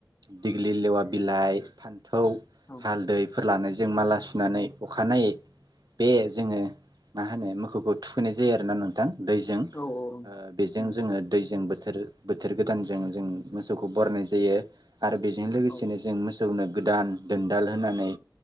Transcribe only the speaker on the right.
दिगलि लेवा बिलाइ फान। थौ
हालदै। फोर लानायजों माला सुनानै अखानायै बे जोङो मा होनो मोखौ। थुखैनाय जायो आरो ना नोंथां। दैजों
बेजों
जोङो दैजों बोथोर। बोथोर बोथोर गोदानजों जों मोसौखौ बरायनाय जायो। आरो बेजों लोगोसेनो
जों मो। सौनो गोदान दोनदाल होनानै